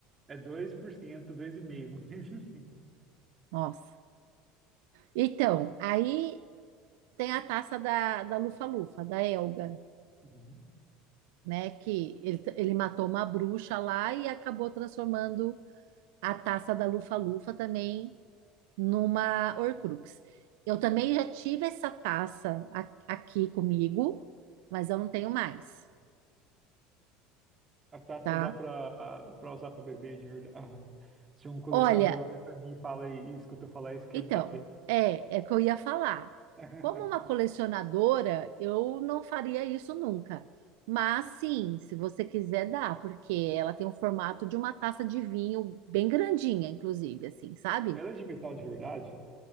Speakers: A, on the right; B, on the right.
A: é 2%, 2,5%, mas <laughs> assim.
B: Nossa. Então, aí Tem a taça da, da Lufa-Lufa, da Elga,
A: Uhum.
B: né? Que ele, ele matou uma bruxa lá e acabou transformando a taça da Lufa-Lufa também numa Horcrux. Eu também já tive essa taça a- aqui comigo, mas eu não tenho mais,
A: A taça
B: tá?
A: dá pra, dá pra usar pra beber de verdade. Ah, Se um colecionador
B: Olha,
A: olha pra mim e fala e, e escuta eu falar isso, quer
B: Então,
A: me bater.
B: é, é que eu ia falar.
A: <laughs>
B: Como uma colecionadora, eu não faria isso nunca. Mas sim, se você quiser dá, porque ela tem o formato de uma taça de vinho bem grandinha, inclusive, assim, sabe?
A: Ela é de metal de verdade?